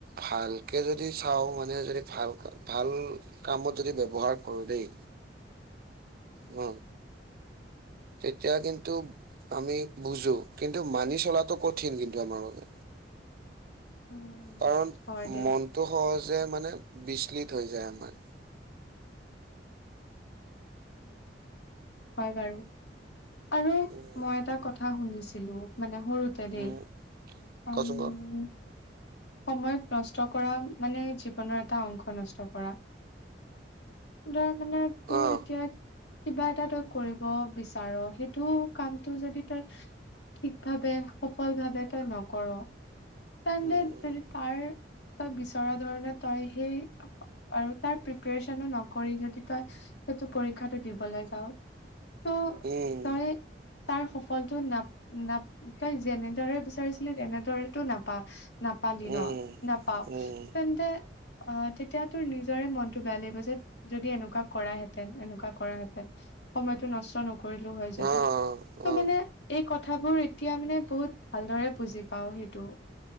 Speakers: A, on the right; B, on the left.
A: ভালকে যদি চাও মানে যদি ভাল ভাল কামত যদি ব্যৱহাৰ কৰো দেই
B: <inaudible>
A: অ'। তেতিয়া কিন্তু আমি বুজো কিন্তু মানি চলাটো কঠিন কিন্তু আমাৰ বাবে।
B: উম
A: কাৰণ
B: হয় দেই
A: মনটো সহজ যে মানে বিচলিত হৈ যায় আমাৰ।
B: হয় বাৰু। আৰু
A: উম,
B: মই এটা কথা শুনিছিলো। মানে সৰুোতে দেই
A: উম,
B: উম।
A: কচোন ক
B: সময়ক নষ্ট কৰা মানে জীৱনৰ এটা অংশ নষ্ট কৰা। তই মানে তোৰ
A: অহ।
B: এতিয়া কিবা এটা তই কৰিব বিচাৰ সেইটো কামটো যদি তই ঠিক ভাবে সফল ভাবে তই নকৰ।
A: উম।
B: তেন্তে যদি তাৰ তই বিচৰা ধৰণে তই সেই আৰু তাৰ প্ৰিপচনো নকৰি যদি তই সেইটো পৰীক্ষাটো দিবলৈ যাও তো
A: উম,
B: দইে তাৰ সফলতো নাপ নাপ তই যেনেদৰে বিচাৰিছিলি তেনেদৰেতটো নাপা নাপালিল
A: উম,
B: ন নাপাাৱ
A: উম,
B: তেন্তে আহ তেতিয়া তোৰ নিজৰে মনতটো বেয়া লাগিব যে যদি এনেকুৱা কৰাহেঁতেন এনেকুৱা কৰাহেঁতেন সময়তটো নষ্ট নকৰিলেও হয় যদি
A: অ',
B: ত
A: অ',
B: মানে এই কথাবোৰ এতিয়া মানে বহুত ভালদৰে বুজি পাও সেইটো